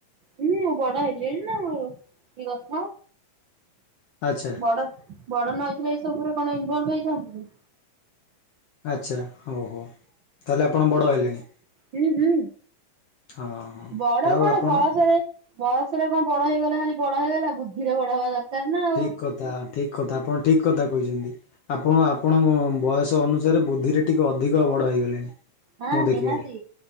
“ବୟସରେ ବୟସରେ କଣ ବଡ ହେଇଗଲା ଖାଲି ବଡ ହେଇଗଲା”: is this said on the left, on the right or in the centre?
Right